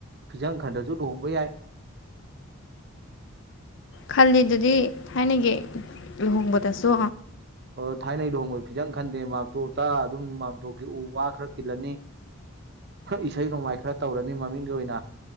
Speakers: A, on the right (about 50°); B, on the left (about 55°).
A: ꯐꯤꯖꯪ ꯈꯟꯗꯔꯁꯨ ꯂꯨꯍꯣꯡꯕ ꯌꯥꯏ
B: ꯈꯜꯂꯤꯗꯨꯗꯤ ꯊꯥꯏꯅꯒꯤ ꯂꯨꯍꯣꯡꯕꯗꯁꯨ
A: ꯑꯣ ꯊꯥꯏꯅꯩ ꯂꯨꯍꯣꯡꯕꯗ ꯐꯤꯖꯪ ꯈꯟꯗꯦ ꯃꯥꯝꯇꯣꯞꯇ ꯑꯗꯨꯝ ꯃꯥꯝꯇꯣꯞꯀꯤ ꯎ ꯋꯥ ꯈꯔ ꯈꯤꯜꯂꯅꯤ ꯏꯁꯩ ꯅꯣꯡꯃꯥꯏ ꯈꯔ ꯇꯧꯔꯅꯤ ꯃꯃꯤꯡꯒꯤ ꯑꯣꯏꯅ